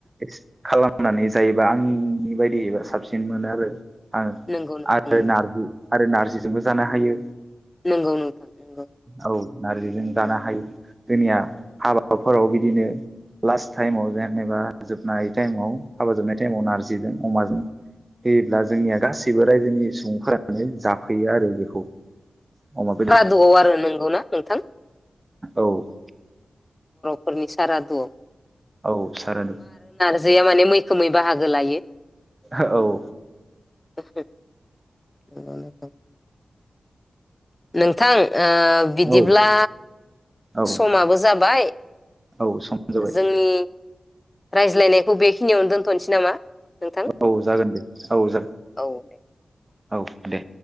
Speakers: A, on the right (about 25°); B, on the left (about 20°).
A: एक्सप खालामनानै जायोबा आंनि बायदिबा साबसिन मोनो आरो आं
B: नंगौ नोंथां
A: आरो
B: नंगौ
A: नारजि आरो नारजिजोंबो जानो हायो।
B: नंगौ नंगौ ओ
A: औ नारजिजों जानो हायो जोंनिया हाबाफोराव बिदिनो लास्ट टाइमाव जेनेबा जोबनाय टाइमाव हाबा जोबनाय टाइमाव नारजिजों अमाजों होयोब्ला जोंनिया गासैबो रायजोनि सुबुंफोरानो जाफैयो आरो बेखौ। अमा बेद
B: गोआव आरो नंगौना नोंथां?
A: औ
B: रफोरनि सारादुआव
A: औ सारादु
B: जाया माने मैखोमै बाहागो लायो
A: ओ औ
B: <unintelligible> नों थां ओ बिदिब्ला
A: औ औ
B: समाबो जाबाय
A: औ सम जाबाय
B: जोंनि रायज्लायनायखौ बेखिनियावनो दोनथ'नोसै नामा? नोंथां
A: औ जागोन दे औ जागोन
B: औ दे
A: औ दे